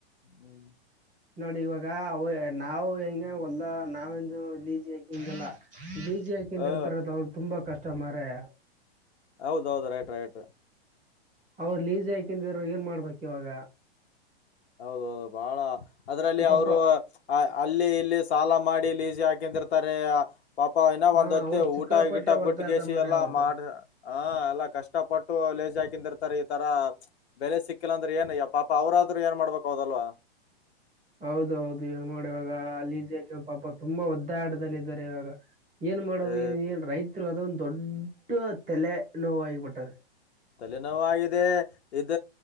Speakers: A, on the left (about 80°); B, in the centre.
A: ಹ್ಮ್
B: ನೋಡಿ ಇವಾಗ ಅವ್ ನಾವು ಹೆಂಗ ಹೊಲ್ದ ನಾವಂದು ಲೀಜಿ ಹಾಕಿಂದಲ್ಲ. ಬೀಜಿ ಹಾಕಿಂದ
A: ಆ,
B: ಇರ್ತಾರದ ಅವ್ರು ತುಂಬಾ ಕಷ್ ಕಸ್ಟಮರೆಯ.
A: ಹೌದೌದ ರೈಟ್ ರೈಟ್.
B: ಅವರು ಲೀಸಿ ಆಕಿಂದರು ಏನ್ ಮಾಡ್ಬೇಕು ಇವಾಗ?
A: ಹೌದ ಹೌದು ಬಹಳ ಅದ್ರಲ್ಲಿ
B: ಪಾಪ
A: ಅವರು ಅ ಅಲ್ಲಿ ಇಲ್ಲಿ ಸಾಲ ಮಾಡಿ ಲೀಜ್ ಹಾಕಿಂದಿರ್ತಾರೆ ಪಾಪ ಇನ್ನ
B: ಹಾ
A: ಒಂದ್ ಹತ್ತ
B: ಅವ್ರ ಸಿಕ್ಕಾಪಟ್ಟೆ
A: ಊಟ ಗಿಟ
B: ಒದ್ದಾಟ
A: ಬಿಟ್ಟಗಸಿ
B: ಮಾರಾಯ
A: ಎಲ್ಲಾ
B: ಅವ್ರದು.
A: ಮಾಡ ಹ ಎಲ್ಲಾ ಕಷ್ಟ ಪಟ್ಟು ಲೇಜ್ ಹಾಕಿಂದಿರ್ತಾರೆ ಈ ತರ ಬೆಲೆ ಸಿಕ್ಕಿಲ್ಲ ಅಂದ್ರೆ ಏನ್ ಯ ಪಾ ಪ ಅವ್ರ ದ್ರು ಏನ್ ಮಾಡ್ಬೇಕೌದಲ್ವಾ?
B: ಹೌದೌದು ಇವಾಗ ನೋಡಿ ಇವಾಗ ಅ ಲಿಜಿಕ್ ಹಾಕಿ ಪಾಪ ತುಂಬಾ ಒದ್ ಆಟದಲ್ಲ ಇದ್ದಾರೆ ಇವಾಗ. ಏನ್ ಮಾಡೋದು
A: ಏ
B: ಎ ಹೇಳ್ ರೈತರು ಅದೊಂದ್ ದೊಡ್ಡ ತೆಲೆ ನೋವ್ ಆಯ್ ಬಿಟ್ಟದೆ.
A: ತಲೆನೋವಾಗಿದೆ ಇದ